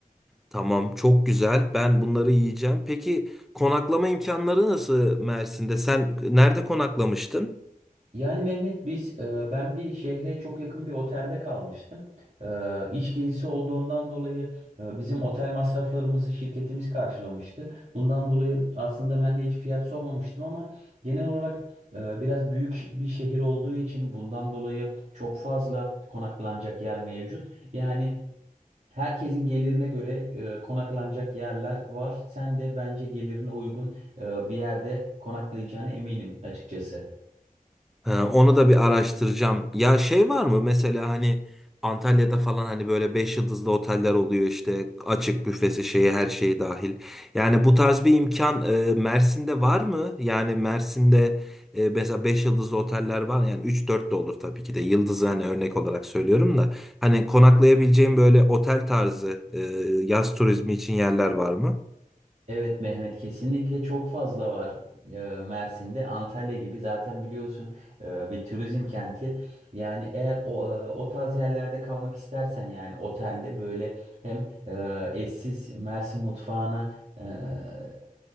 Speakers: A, in the centre; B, on the right (about 50°).
A: Tamam, çok güzel. Ben bunları yiyeceğim. Peki konaklama imkanları nasıl Mersin'de? Sen nerede konaklamıştın?
B: Yani Mehmet biz e, ben bir şehre çok yakın bir otelde kalmıştım. E, iç gezisi olduğundan dolayı e, bizim otel masraflarımızı şirketimiz karşılamıştı. Bundan dolayı aslında ben de hiç fiyat sormamıştım ama genel olarak e, biraz büyük bir şehir olduğu için bundan dolayı çok fazla konaklanacak yer mevcut. Yani herkesin gelirine göre e, konaklanacak yerler var. Sen de bence gelirine uygun e, bir yerde konaklayacağına eminim açıkçası.
A: Ee, onu da bir araştıracağım. Ya şey var mı mesela hani Antalya'da falan hani böyle 5 yıldızlı oteller oluyor işte açık büfesi şeyi her şeyi dahil. Yani bu tarz bir imkan e, Mersin'de var mı? Yani Mersin'de e, mesela 5 yıldızlı oteller var yani üç dört de olur tabii ki de yıldızı hani örnek olarak söylüyorum da. Hani konaklayabileceğim böyle otel tarzı e, yaz turizmi için yerler var mı?
B: Evet Mehmet kesinlikle çok fazla var e, Mersin'de. Antalya gibi zaten biliyorsun e, bir turizm kenti. Yani eğer o, e, o tarz yerlerde kalmak istersen yani otelde böyle hem e, eşsiz Mersin mutfağına e, e,